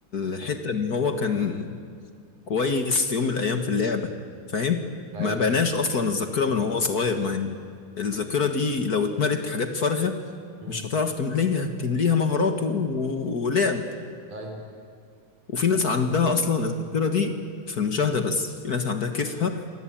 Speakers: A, on the left; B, on the right.
A: الحتة إن هو كان كويس في يوم من الأيام في اللعبة فاهم؟
B: ايوه
A: ما بناش أصلا الذاكرة من وهو صغير ما هي الذاكرة دي لو اتملت حاجات فارغة
B: امم
A: مش هتعرف تمليها تمليها مهاراته و- ولعب
B: ايوه
A: وفي ناس عندها اصلا الذاكره دي في المشاهده بس في ناس عندها كيفها